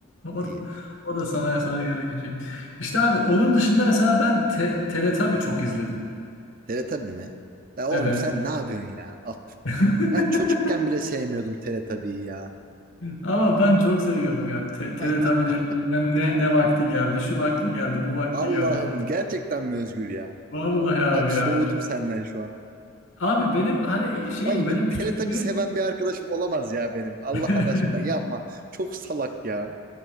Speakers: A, on the left (about 65°); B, on the right (about 40°).
A: O,
B: İyi.
A: o da sana sana göre küçük. İşte abi onun dışında mesela ben te, Teletubby çok izledim.
B: Teletabi mi? La oğlum
A: Evet.
B: sen ne yapıyorsun ya? Af.
A: <laughs>
B: Ben çocukken bile sevmiyordum Teletabi'yi ya.
A: Ama ben çok seviyordum ya. Te, Teletubby'lerin
B: <laughs>
A: bilmem ne, ne vakti geldi, şu vakti geldi, bu vakti
B: Allah'ım
A: geldi falan.
B: gerçekten mi Özgür ya?
A: Vallahi abi
B: Abi soğudum
A: ya.
B: senden şu an.
A: Abi benim hani şeyim
B: Oğlum
A: benim
B: bir
A: küçüklüğüm
B: Teletubbies seven bir arkadaşım olamaz ya benim. Allah'ın
A: <laughs>
B: aşkına yapma. Çok salak ya.